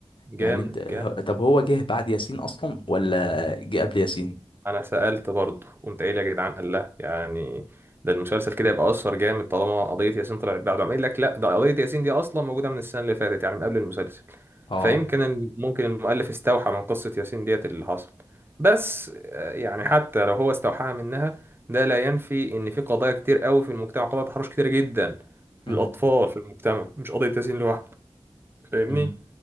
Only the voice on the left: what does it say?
يعني انت ه-
طب هو جه بعد ياسين اصلا ولا جه قبل ياسين
اه
امم
امم